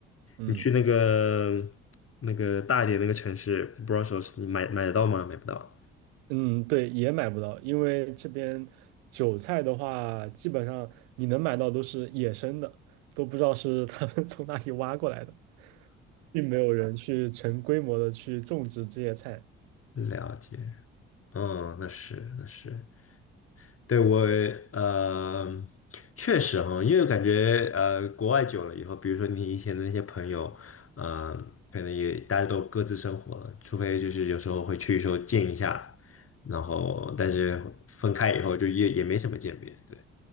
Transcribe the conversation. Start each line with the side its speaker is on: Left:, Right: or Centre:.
Right: 嗯
Left: 你去那个那个大一点那个城市 Brussels，你买买得到吗？买不到。
Right: 嗯，对，也买不到，因为这边韭菜的话，基本上你能买到都是野生的，都不知道是他们 <laughs> 从哪里挖过来的，并没有人去成规模的去种植这些菜。
Left: 了解。嗯，那是那是，对我呃，确实哈，因为感觉呃，国外久了以后，比如说你以前的那些朋友，呃，可能也大家都各自生活了，除非就是有时候会去说见一下，然后但是分开以后就也也没什么见面，对。